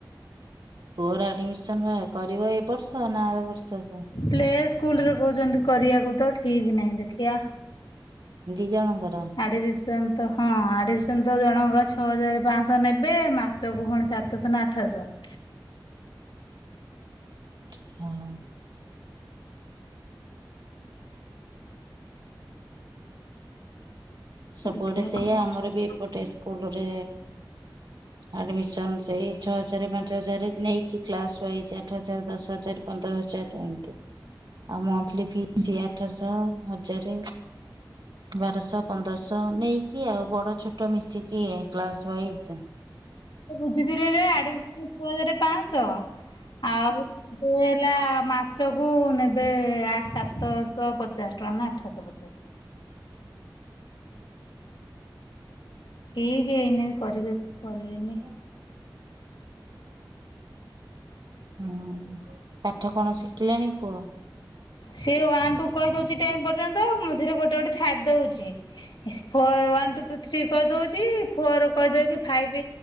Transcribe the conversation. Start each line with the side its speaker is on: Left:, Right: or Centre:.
Right: ପୁଅର ଆଡମିସନ କରିବ ଏ ବର୍ଷ ନା ଆର ବର୍ଷକୁ।
Left: ପ୍ଲେ ସ୍କୁଲରେ କହୁଛନ୍ତି କରିବାକୁ ତ ଠିକ ନାହିଁ ଦେଖିବା।
Right: ଦି ଜଣଙ୍କର।
Left: ଆଡ଼ମିସନ୍ ତ ହଁ ଆଡ଼ମିସନ୍ ତ ଜଣଙ୍କ ଛଅ ହଜାର ପାଞ୍ଚଶହ ନେବେ ମାସକୁ ପୁଣି ସାତଶ ହ ନା ଆଠ ସହ।
Right: ହଁ। ସବୁଆଡେ
Left: ଦେଖିବା
Right: ସେଇଆ
Left: କଣ
Right: ଆମର ବି ଏପଟେ ସ୍କୁଲରେ ଆଡମିସନ୍ ସେଇ ଛଅ ହଜାର ପାଞ୍ଚ ହଜାର ନେଇ କି କ୍ଲାସ୍ ୱଇଜ ଆଠ ହଜାର ଦଶ ହଜାର ପନ୍ଦର ହଜାର ଟଙ୍କା ଏମତି ଆଉ ମନ୍ଥଲି ଫି ଫି ଆଠଶହ ହଜାରେ ବାରଶହ ପନ୍ଦରଶହ ନେଇ କି ଆଉ ବଡ ଛୋଟ ମିଶିକି ଇ କ୍ଲାସ ୱାଇଜ୍।
Left: ସେ ବୁଝିଥିଲେ ଯେ ଆଡିମିସନ୍ ଛଅ ହଜାର ପାଞ୍ଚଶହ ଆଉ ଏ ହେଲା ମାସ କୁ ନେବେ ଆ ସାତଶହ ପଚାଶ ଟଙ୍କା ନା ଆଠଶହ ପଚାଶ। ଠିକ ହେଇନେଇ କରିବେ କି କରିବେନି।
Right: <inaudible> ହୁଁ ପାଠ କଣ ଶିଖିଲାଣି ପୁଅ।
Left: ସେ ୱାନ୍ ଟୁ କହିଦଉଛି ଟେନ ପର୍ଯ୍ୟନ୍ତ ମଝିରେ ଗୋଟେ ଗୋଟେ ଛାଡି ଦଉଛି। ଫୋର୍ ୱାନ୍ ଟୁ ଥ୍ରୀ କହିଦଉଛି ଫୋର କହିଦେଇକି ଫାଇଭ୍